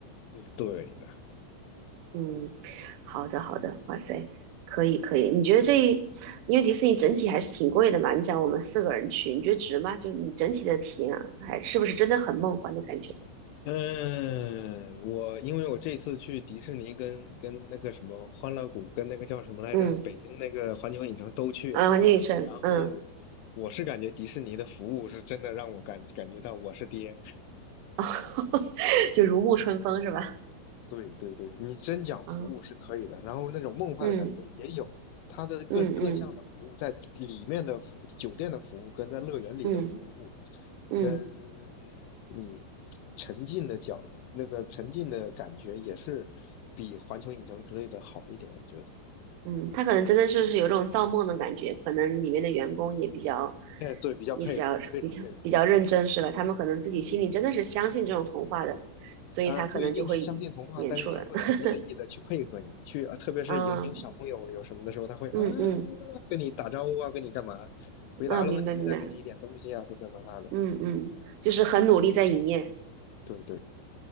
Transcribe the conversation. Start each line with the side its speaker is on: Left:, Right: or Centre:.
Left: 对的，
Right: 嗯，好的，好的。哇塞，可以，可以。你觉得这一，因为迪士尼整体还是挺贵的嘛？你想我们四个人去，你觉得值吗？就你整体的体验啊还是不是真的很梦幻的感觉？
Left: 嗯，我因为我这次去迪士尼跟跟那个什么欢乐谷跟那个叫什么来着，
Right: 嗯。
Left: 北京那个环球影城都去了，
Right: 啊，环境与尘，
Left: 然后我是感觉迪士尼的服务是真的让我感感觉到我是爹，
Right: 嗯，哦，<laughs> 就如沐春风是吧？
Left: 对对对，你真讲服务是可以的，
Right: 啊，
Left: 然后那种梦幻的感觉也有。
Right: 嗯
Left: 它的各各项的服务，
Right: 嗯嗯
Left: 在里面的服酒店的服务，跟在乐园里的服务，
Right: 嗯嗯
Left: 跟你沉浸的角那个沉浸的感觉，也是比环球影城之类的好一点，我觉得。
Right: 嗯，他可能真的就是有种造梦的感觉，可能里面的员工也比较
Left: 哎，对，比较配合，
Right: 也比较比较比较认真是吧？
Left: 非常配合。
Right: 他们可能自己心里真的是相信这种童话的，
Left: 对对对。
Right: 所以他可能就会演出来。
Left: 呃，不一定是相信童话，但是他会很乐意的去配合你，
Right: <laughs>
Left: 去，呃特别是有你有小朋友有什么的时候，
Right: 啊，
Left: 他会啊
Right: 嗯嗯
Left: 跟你打招呼啊，跟你干嘛，回答了问题再给你一点东西啊，
Right: 啊，明白明白，
Left: 这这那那的。
Right: 嗯嗯，就是很努力在营业，
Left: 对对，